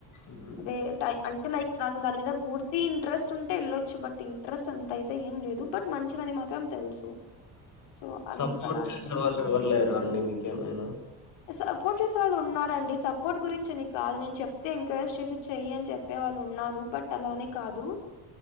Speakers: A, on the left; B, on the left.
A: ఉమ్.
B: దీ అంటే లైక్ నాకు దాని మీద పూర్తి ఇంట్రెస్ట్ ఉంటే వెళ్ళొచ్చు బట్ ఇంట్రెస్ట్ అంతయితే ఏం లేదు బట్ మంచిదని మాత్రం తెలుసు సో, అందుకలా
A: సపోర్ట్
B: అంతే.
A: చేసే వాళ్ళు ఎవ్వరులేరా అండి మీకేవరైనా
B: సపోర్ట్ చేసేవాళ్ ఉన్ ఉన్నారండి సపోర్ట్ గురించని కాదు నేను చెప్తే ఎంకరేజ్ చేసి చెయ్యి అని చెప్పే వాళ్ళు ఉన్నారు బట్ అలానే కాదు